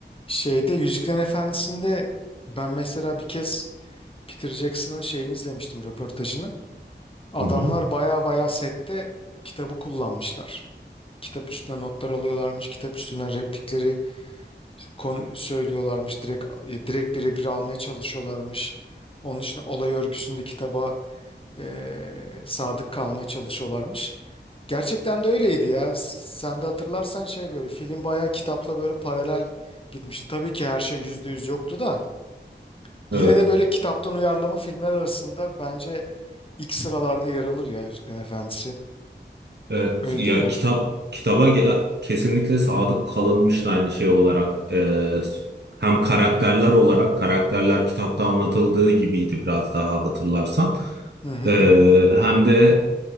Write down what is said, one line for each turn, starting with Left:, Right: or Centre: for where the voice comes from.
Left: Şeyde Yüzüklerin Efendisi'nde ben mesela bir kez Peter Jackson'ın şeyini izlemiştim röportajını. Adamlar
Right: Hı hı.
Left: baya baya sette kitabı kullanmışlar. Kitap üstüne notlar alıyorlarmış, kitap üstüne replikleri konu söylüyorlarmış, direkt e, direkt birebir almaya çalışıyorlarmış. Onun için olay örgüsünde kitaba e, sadık kalmaya çalışıyorlarmış. Gerçekten de öyleydi ya. Sen de hatırlarsan şey böyle film bayağı kitapla böyle paralel gitmişti. Tabii ki her şey yüzde yüz yoktu da. Yine
Right: Evet.
Left: de böyle kitaptan uyarlama filmler arasında bence ilk sıralarda yer alır ya Yüzüklerin Efendisi.
Right: Evet.
Left: Öyle
Right: Ya
Left: değil mi?
Right: kitap kitaba ge- kesinlikle sadık kalınmış da aynı şey olarak e, hem karakterler olarak karakterler kitapta anlatıldığı gibiydi biraz daha hatırlarsan.
Left: Hı hı
Right: E,
Left: hı hı.
Right: hem de